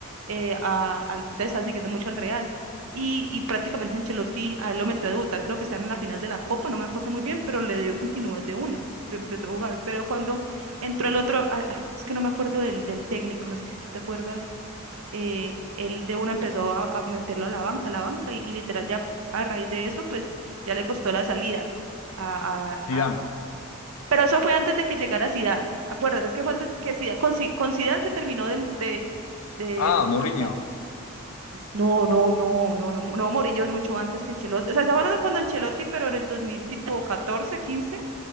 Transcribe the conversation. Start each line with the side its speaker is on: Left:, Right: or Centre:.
Right: eh, a- al- entonces están siguiendo mucho al Real. Y, y prácticamente Ancelotti a él lo metió a debutar, creo que está en la final de la Copa, no me acuerdo muy bien, pero le dio continuidad de una, lo empezó a jugar. Pero cuando entró el otro, ah, ah, es que no me acuerdo del, del técnico, no sé si tú te acuerdas eh, él de una empezó a, a meterlo a la banca, a la banca, y, y literal ya a raíz de eso, pues ya le costó la salida a, a-
Left: Zidane.
Right: a- Pero eso fue antes de que llegara Zidane, acuérdate, es que fue antes que Zidane, con, Zi- con Zidane se terminó de, de, de-
Left: Ah,
Right: de sepultar.
Left: Mourinho.
Right: No, no, no, no, no, no, Murillo es mucho antes que Ancelotti, o sea, ¿se acuerdan cuando Ancelotti, pero en el 2000 tipo 14, 15?